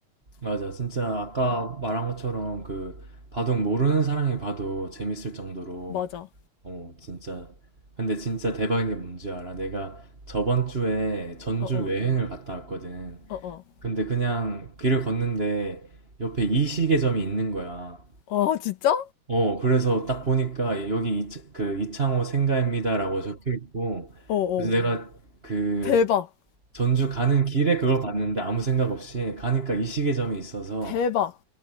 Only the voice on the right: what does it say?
맞아. 진짜 아까 말한 것처럼 그 바둑 모르는 사람이 봐도 재밌을 정도로
어, 진짜. 근데 진짜 대박인 게 뭔지 알아? 내가 저번 주에 전주
여행을 갔다 왔거든.
근데 그냥 길을 걷는데 옆에 이 시계점이 있는 거야.
어, 그래서 딱 보니까 여기 이, 그 이창호 생가입니다라고 적혀 있고,
그래서 내가 그
전주 가는 길에 그걸 봤는데 아무 생각 없이 가니까 이 시계점이 있어서